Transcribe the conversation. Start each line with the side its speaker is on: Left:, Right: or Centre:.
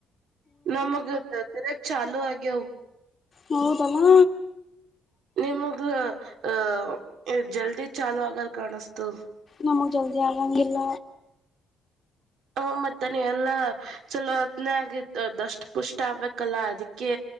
Right: ನಮಗತ್ತ ಚ ಆಗೇವೂ
Left: ಹೌದಲ್ಲಾ
Right: ನಿಮಗ ಅಹ ಜಲ್ದಿ ಚಾಾಲೂ ಆಗಲ್ ಕಾಣಸ್ತದ
Left: ನಮು ಜಲ್ದಿ ಅಂಗಿಲ್ಲ
Right: ಹ ಮತ್ತಾನೆ ಎಲ್ಲಾ ಚಲೋ ಹತ್ನೇ ಆಗಿದ್ದ ದಷ್ಟು ಪುಷ್ಟ ಆಗ್ಬೇಕಲ್ಲ ಅದಕ್ಕೆ